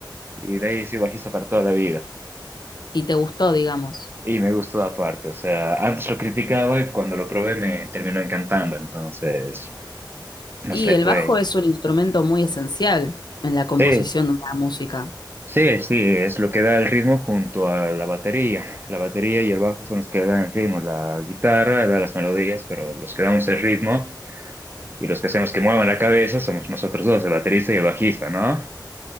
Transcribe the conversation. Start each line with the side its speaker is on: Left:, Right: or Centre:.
Right: Y de ahí soy bajista para toda la vida.
Left: y te gustó, digamos.
Right: Y me gustó aparte, o sea, antes lo criticaba y cuando lo probé me terminó encantando, entonces, no
Left: Y
Right: sé,
Left: el
Right: fue...
Left: bajo es un instrumento muy esencial en la composición
Right: Sí,
Left: de una música.
Right: sí, sí, es lo que da el ritmo junto a la batería. La batería y el bajo son los que dan el ritmo, la guitarra da las melodías, pero los que damos el ritmo y los que hacemos que muevan la cabeza somos nosotros dos, el baterista y el bajista, ¿no?